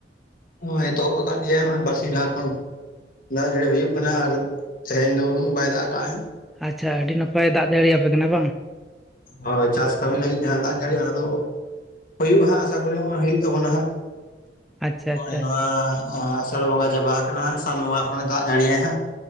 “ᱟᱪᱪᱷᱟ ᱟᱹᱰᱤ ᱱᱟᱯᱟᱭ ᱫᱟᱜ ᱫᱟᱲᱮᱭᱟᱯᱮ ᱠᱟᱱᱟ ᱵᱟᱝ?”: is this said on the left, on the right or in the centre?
Centre